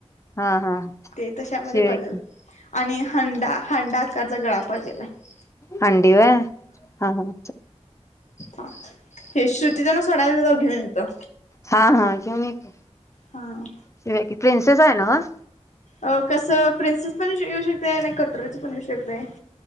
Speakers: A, on the left; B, on the left.
A: हा हा.
B: ते तशामध्ये
A: शिवूया
B: पाहिजे.
A: की
B: आणि हंडा हंडा आकारचा गळा पाहिजेलाय
A: हांडी व्हय? हा हा.
B: <inaudible> हे श्रुती त्यांना सोडायला जाईल तवा घेऊन येतो.
A: हा हा घेऊन ये की,
B: हा.
A: शिवूया की प्रिन्सेस हाय न्हव?
B: अ कसं प्रिन्सेस पण येऊ शक ते नाही कटोरीच पण येऊ शकते,